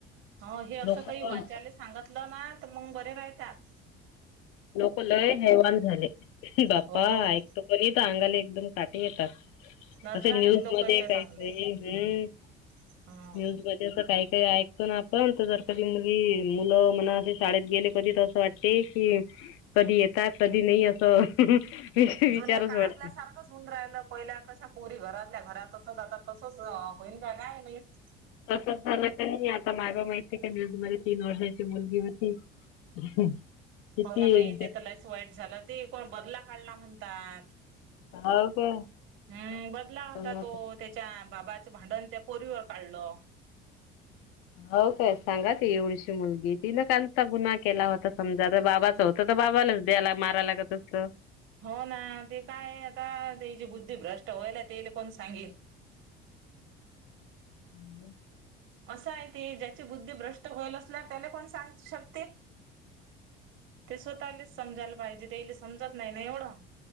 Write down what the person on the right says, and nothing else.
हाव हे असं
काही
वाच्यायला सांगातलं ना, तर मग बरे रायतात.
हो
नजराणीत
लोकच्या
चांगले
हा.
जुन्या काळातल्या
सारखंच. तून राहिल्या पहिल्या कशा पोरी घरातल्या घरात. तसं आता तसंच होईन का काय माहित?
हो ना बाई, ते तर लईच वाईट झालं. ते कोण बदला काढला म्हणतात.
हम्म बदला
होता तो. त्याच्या बाबाचं भांडण त्या पोरीवर काढलं.
हो ना. ते काय आहे, आता तेचि बुद्धी भ्रष्ट व्हायल्या, तेले कोण सांगेल?
असा आहे, ते ज्याची बुद्धी भ्रष्ट होईल असल्याव त्याले कोण सांगू शकते? ते स्वतःलेच समजायला पाहिजे. तेयले समजत नाही ना एवढं.